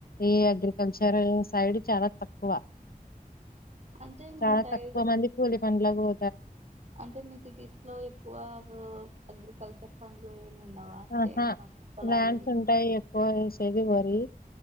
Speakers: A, on the left (about 80°); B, on the right (about 50°).
A: ఈ అగ్రికల్చర్ సైడ్ చాలా తక్కువ
B: అంటే
A: చాలా
B: మీ సైడ్
A: తక్కువ మంది కూలి పన్లకు పో
B: అంటే మీ సిటీస్ లో ఎక్కువ ఉ అగ్రికల్చర్ పనులు ఏమి ఉండవా
A: ఆహా
B: చేను పంట పొలాలు
A: ల్యాండ్స్ ఉంటాయి ఎక్కువ వేసేది వరి